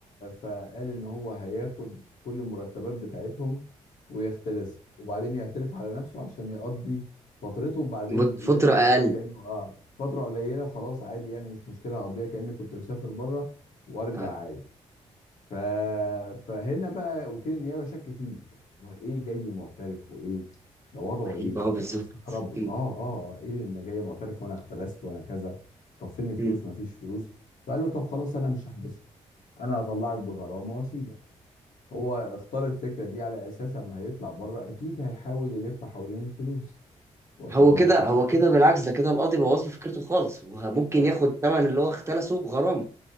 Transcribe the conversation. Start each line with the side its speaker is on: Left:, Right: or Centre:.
Left: فقال ان هو هياخد كل المرتبات بتاعتهم ويختلسها وبعدين يعترف على نفسه عشان يقضي فترته وبعدين
Right: مد- فترة
Left: يطلع
Right: أقل
Left: بقى كانه اه فتره قليله خلاص عادي يعني مش مشكله هقضيها كاني كنت مسافر بره وارجع
Right: اه
Left: عادي ف... فهنا بقى وكيل النيابه شك فيه هو ايه جاي معترف وايه ده وضعه ايه
Right: يبقى هو بالظبط
Left: استغربوا
Right: أمم،
Left: اه اه آه، ايه اللي جاي معترف وانا اختلست وانا كذا طب فين الفلوس
Right: أمم.
Left: ما فيش فلوس فقال له طب خلاص انا مش هحبسك انا هطلعك بغرامه واسيبك هو اختار الفكره دي على اساس اما هيطلع بره اكيد هيحاول يلف حوالين الفلوس واخد
Right: هو
Left: بالك
Right: كده
Left: ازاي
Right: هو كده بالعكس ده كده القاضي بوظ له فكرته خالص هو ممكن
Left: أي-
Right: ياخد الثمن اللي هو اختلسه بغرامة